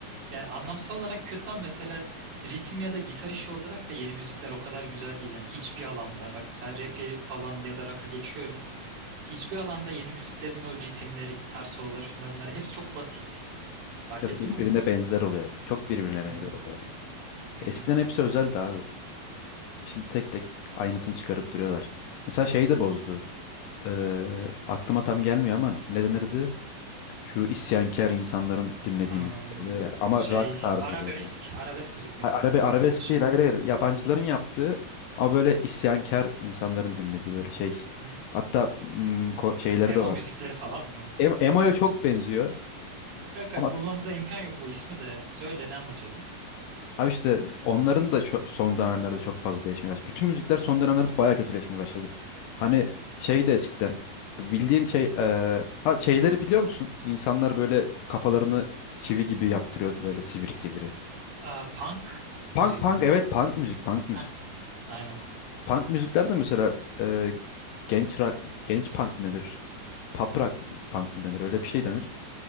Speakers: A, on the right; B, on the left.
A: Yani anlamsal olarak kötü ama mesela ritim ya da gitar işi olarak da yeni müzikler o kadar güzel değil. Yani hiçbir alanda, bak sen rap'i falan ya da rock'a geçiyorum. Hiçbir alanda yeni müziklerin o ritimleri, gitar soloları, şunlar bunları hepsi çok basit. Fark
B: Ya
A: ettin
B: da birbirine
A: mi bunu?
B: benzer oluyor. Çok birbirine
A: Hı
B: benzer
A: hı.
B: oluyor.
A: hı
B: Eskiden
A: hı.
B: hepsi özeldi abi. Şimdi tek tek aynısını çıkarıp duruyorlar. Mesela şey de bozdu. Ee, aklıma tam gelmiyor ama ne denirdi? Şu isyankar insanların dinlediği
A: Am,
B: müzikler oluyor ya. Ama
A: şey
B: rock tarzı
A: arabesk,
B: böyle.
A: arabesk müzik mi
B: Ha- Arabe,
A: bahsettin
B: arabesk
A: şey?
B: değil hayır hayır. Yabancıların yaptığı ama böyle isyankar insanların dinlediği böyle şey.
A: Ne?
B: Hatta mm, ko- şeyleri
A: Emo
B: de var.
A: müzikleri falan mı?
B: Em- Emo'ya çok benziyor.
A: Kanka
B: Ama
A: bulmamıza imkan yok bu ismi de. Söyle ne anlatıyordun?
B: Abi işte onların da şu- son dönemlerde çok fazla değişmeye başladı. Bütün müzikler son dönemlerde bayağı kötüleşmeye başladı. Hani şey de eskiden bildiğin şey eee, ha şeyleri biliyor musun? İnsanlar böyle kafalarını çivi gibi yaptırıyordu böyle sivri sivri.
A: Aa, punk müzik
B: Punk punk
A: mi?
B: evet punk müzik punk
A: Hah,
B: müzik.
A: aynen.
B: Punk müzikler de mesela eee, genç rock genç punk mı denir? Pop rock punk mı denir? Öyle bir şey denir.